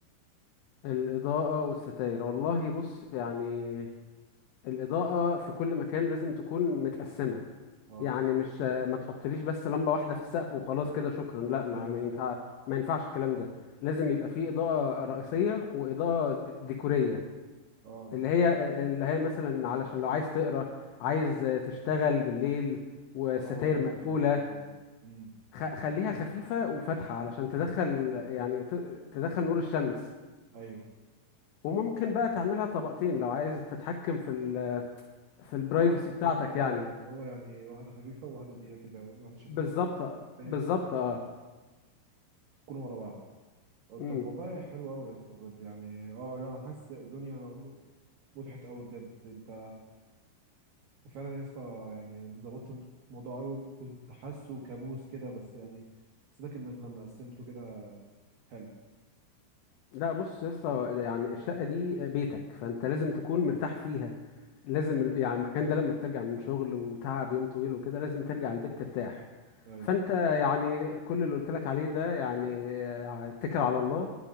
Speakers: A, on the left; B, on the right.
A: الإضاءة والستاير والله بص يعني الإضاءة في كل مكان لازم تكون متقسمة
B: اه
A: يعني مش آه، ما تحطليش بس لمبة واحدة في السقف وخلاص كده شكرا لا ما
B: ايوه
A: ما
B: فاهم
A: ينفع ما ينفعش الكلام ده لازم يبقى فيه إضاءة رئيسية وإضاءة ديكورية
B: اه
A: اللي هي اللي هي مثلا علشان لو عايز تقرا عايز آه، تشتغل بالليل والستاير
B: اه فعلا
A: مقفولة
B: اه مم. مم.
A: خ- خليها خفيفة وفاتحة علشان تدخل يعني ت- تدخل نور الشمس
B: ايوه
A: وممكن بقى تعملها طبقتين لو عايز تتحكم في ال في البرايفسي
B: اه بالظبط
A: بتاعتك
B: اه
A: يعني
B: يعني اللي هو يعني واحده خفيفه وواحده تقيله كده واحده شفافه
A: بالظبط
B: والتانيه
A: بالظبط
B: تقيله كده
A: اه
B: يكونوا ورا بعض آه، طب
A: امم
B: والله حلو قوي يا اسطى بجد يعني اه لا انا حاسس الدنيا مضحت قوي بجد انت أنت فعلا يا اسطى يعني ظبطت الموضوع قوي كنت حاسه كابوس كده بس يعني حسيتك انك لما قسمته كده حلو
A: لا بص يا اسطى يعني الشقة دي بيتك فانت لازم تكون مرتاح فيها لازم
B: مم.
A: ال- يعني المكان ده لما بترجع من شغل وتعب يوم طويل وكده لازم ترجع البيت ترتاح
B: ايوه
A: فانت
B: فاهم
A: يعني كل اللي قلت لك عليه ده يعني آه، اتكل على الله